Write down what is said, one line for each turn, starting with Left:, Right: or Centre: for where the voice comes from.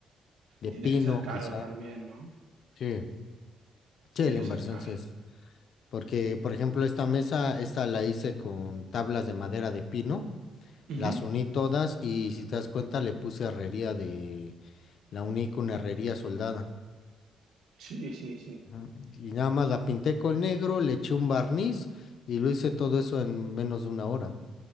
Left: de
Right: Tiene
Left: pino
Right: que ser caro
Left: quizá.
Right: también, ¿no?
Left: Sí,
Right: Tiene
Left: sí, la
Right: que
Left: inversión
Right: ser caro.
Left: sí es. Porque, por ejemplo, esta mesa, esta la hice con tablas de madera de pino,
Right: Ujú.
Left: las uní todas y si te das cuenta le puse herrería de, la uní con herrería soldada.
Right: Sí, sí, sí.
Left: Ujú. Y nada más la pinté con negro, le eché un barniz y lo hice todo eso en menos de una hora.